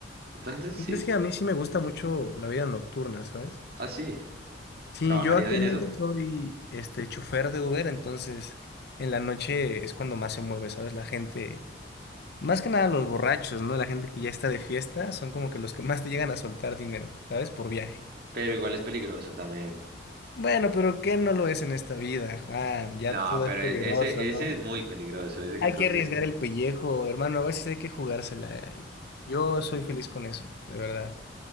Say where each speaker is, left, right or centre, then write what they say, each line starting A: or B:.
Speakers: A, on the right; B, on the left.
A: Entonces,
B: ¿Qué
A: sí,
B: crees que a mí sí me gusta mucho la vida nocturna, ¿sabes?
A: así,
B: Sí,
A: ¿trabajarías
B: yo actualmente
A: en eso?
B: soy este chofer de Uber, entonces en la noche es cuando más se mueve, ¿sabes? La gente Más que nada los borrachos, ¿no? La gente que ya está de fiesta son como que los que más te llegan a soltar dinero, ¿sabes? Por viaje.
A: Pero igual es peligroso también.
B: Bueno, pero ¿qué no lo es en esta vida, Juan? Ya
A: No,
B: todo
A: pero
B: es peligroso,
A: e- ese,
B: ¿no?
A: ese es muy peligroso, ese que
B: Hay
A: estás
B: que
A: haciendo.
B: arriesgar el pellejo, hermano. A veces hay que jugársela. eh, y Yo soy feliz con eso, de verdad.